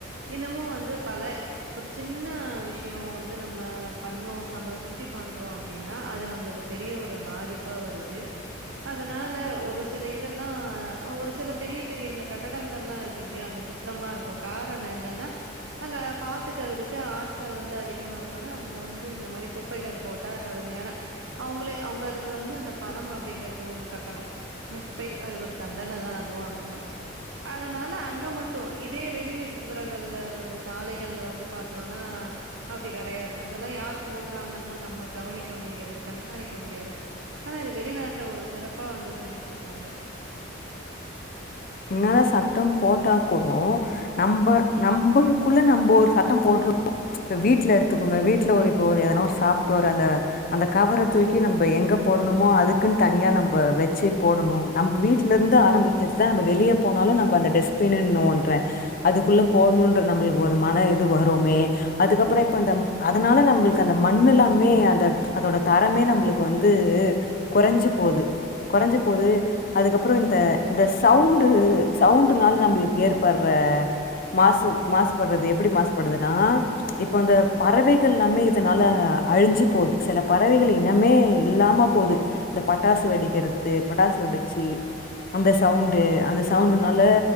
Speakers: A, on the right; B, on the left.
A: இன்னமு வந்து பல ஒரு சின்ன விஷ்யு வந் து நம்ம பண்ணோ நம்ள சுத்தி பண்றோ அப்டின்னா அது நம்ளுக் பெரிய ஒரு பாதிப்பா வருது அதனால ஒரு சில இதெல்லா ஒரு சில பெரிய பெரிய இந்த கட்டடங்கள்லா இருக்குல்லயா அங் சுத்தமாருக்கு காரண என்னன்னா அங்க பாத்துக்றதுக்கு ஆட்கள் வந்து அதிகமாருக் வாங்க அங்க வந்து இந்த மாரி குப்பைகள் போட்ட கடும்யான அவுங்ளே அவ்ங்க அதுக் வந்து அந்த பணம் அ ப்டிங்றது ஒண்ணு கட்டணோ ந குப்பை அது ஒரு தண்டன தான் அதுவு அங்க அதனால அங்க மட்டும் இதே வெளிப்புறங்கள்ல ஒரு சாலைகள்ல வந்து பாத்தோனா அ அப் ப்டி கடயாது அங்கெல்லா யாரு போட்றாங்கன்னு நம்ம கவனிக்க முடியாது கண்காணிக்க முடியாது ஆனா இது வெளிநாட்ல ஒரு சிறப்பா வந்து பண்ணிட்ருக்காங்க
B: என்னாதான் சட்டம் போட்டா குடோ நம்ம நம்ளுக்குள்ள நம்ம ஒரு சட்டம் போட் ப்ப வீட்ல எடுத்துக்கோங்க வீட்ல ஒரு இப்போ ஒரு எதனா ஒரு சாப்ட்டு ஒரு அந்த அந்த கவர தூக்கி நம்ம எங்க போடணுமா அதுக்குன் தனியா நம்ப வச்சி போடணு நம்ம வீட்ல ருந்து ஆரம்பிக்க ருதான் நம்ப வெளிய போனாலு நம்ப அந்த டஸ்பின்ன் ஒன்றேன் அதுக்குள்ள போணோன்ற நம்ளுக் ஒரு மன இது வருமே அதுக்கப்ற இப்ப அந்த அதனால நம்ளுக் அந்த மண் ல்லாமே அந்த அதோட தரமே நம்ளுக் வந்து து கொறஞ்சி போது கொறஞ்சி போது அதுக்கப்றோ இந்த இந்த சவுண்டு சவுண்டுனால நம்ளுக் ஏற்பர்ற மாசு மாசுபட்றது எப்டி மாசுபடுதுன்னா இப்ப அந்த பறவைகள் ல்லாமே இதனால அழிஞ்சி போது செல பறவைகள் இனமே இல்லாம போது இந்த பட்டாஸ் வெடிக்கறது பட்டாஸ் வெடச்சி அந்த சவுண்டு அந்த சவுண்டுனால